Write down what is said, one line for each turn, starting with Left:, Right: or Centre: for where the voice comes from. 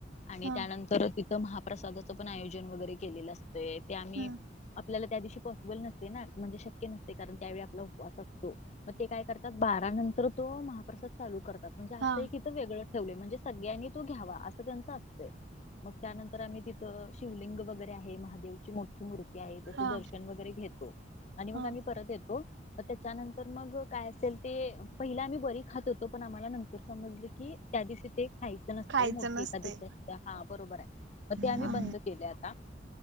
Left: आणि
Right: हा
Left: त्यानंतर तिथं महाप्रसादाचं पण आयोजन वगैरे केलेलं असतंय ते आम्ही
Right: हम्म
Left: आपल्याला त्या दिवशी पॉसिबल नसते ना म्हणजे शक्य नसते कारण त्यावेळी आपला उपवास असतो मग ते काय करतात बारा नंतर तो महाप्रसाद चालू करतात म्हणजे
Right: हा
Left: असं एक इथं वेगळं ठेवले म्हणजे सगळ्यांनी तो घ्यावा असं त्यांचं असतंय मग त्यानंतर आम्ही तिथं शिवलिंग वगैरे आहे महादेवची मोठी मूर्ती आहे त्याच
Right: हा
Left: दर्शन वगैरे घेतो आणि मग
Right: हा
Left: आम्ही परत येतो त्याच्यानंतर मग काय असेल ते पहिले आम्ही बरी खात होतो पण आम्हाला नंतर समजलं की त्या दिवशी ते खायचं नसते
Right: खायचं
Left: मोठी
Right: नसते
Left: एखकादवशी हा बरोबर आहे मग ते आम्ही
Right: हा
Left: बंद ता